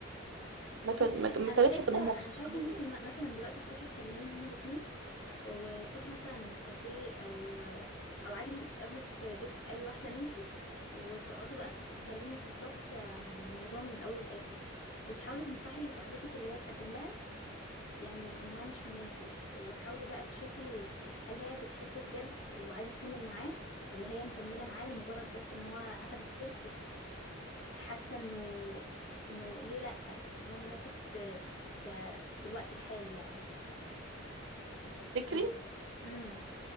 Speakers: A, on the right; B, on the left.
A: ما
B: بصي
A: كان ما كان-
B: انا
A: ما كانتش
B: شايفة
A: هتبقى
B: انا
A: مبسوطه
B: شايفة
A: بيه
B: ان انت
A: يعني
B: م- مثلا دلوقتي تروحي تكلميهم هما الاتنين و- وتروحوا مثلا كافيه او او عادي ممكن تتقابلوا في بيت اي واحدة منكم وتقعدوا بقى تتكلموا
A: مم.
B: بالظبط عن الموضوع من الاول للاخر وتحاولي تنصحي صاحبتك اللي هي تقدم لها يعني ان هو مش مناسب وحاولي بقى تشوفي هل هي بتحبه بجد وعايزة تكمل معاه ولا هي مكملة معاه لمجرد بس ان هو اخد ستيب حاسه انه انه ليه لا ان هو مناسب آه، ك في الوقت الحالي يعني
A: تفتكري
B: فانت امم